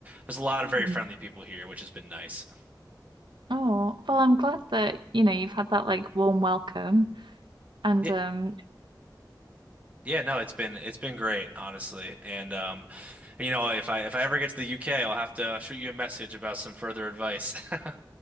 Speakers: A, on the right; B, on the right.
A: there's a
B: Mm.
A: lot of very friendly people here, which has been nice.
B: Oh, well, I'm glad that, you know, you've had that like warm welcome. And
A: Yeah,
B: um,
A: yeah. No, it's been it's been great, honestly. And um, and, you know, if I if I ever get to the UK, I'll have to shoot you a message about some further advice. <laughs>